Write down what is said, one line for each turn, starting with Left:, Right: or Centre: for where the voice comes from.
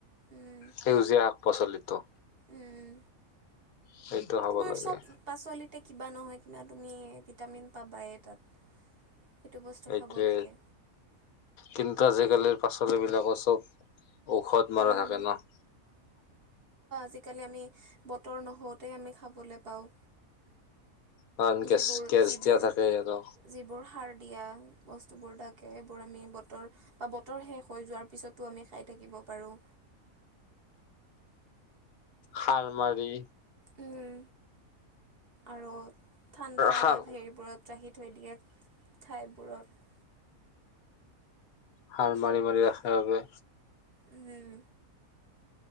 Right: উম,
Left: সেউজীয়া শাক পাচলিটো
Right: উম।
Left: সেইটো খাব
Right: তোমাৰ
Left: লাগে।
Right: চব পাচলিতে কিবা নহয় কিবা তুমি ভিটামিন পাবাই তাত। সেইটো বস্তু
Left: এইটোৱে,
Right: খাব লাগে
Left: কিন্তু আজিকালিৰ পাচলিবিলাকৰ চব ঔষধ মৰা
Right: উম
Left: থাকে ন'।
Right: জিকালি আমি বতৰ নহওঁতে আমি খাবলৈ পাওঁ।
Left: কাৰণ গেছ
Right: যিবোৰ,
Left: গেছ
Right: যিবোৰ,
Left: দিয়া থাকে আৰু
Right: যিবোৰ সাৰ দিয়া বস্তুবোৰ থাকে সেইবোৰ আমি বতৰ বা বতৰ শেষ হৈ যোৱাৰ পিছটো আমি খাই থাকিব পাৰোঁ।
Left: সাৰ মাৰি
Right: উম, আৰু ঠাণ্ডা
Left: সাৰ
Right: হেৰিবোৰত ৰাখি থৈ দিয়ে। ঠাইবোৰত।
Left: সাৰ মাৰি, মাৰি ৰাখে বাবে।
Right: উম।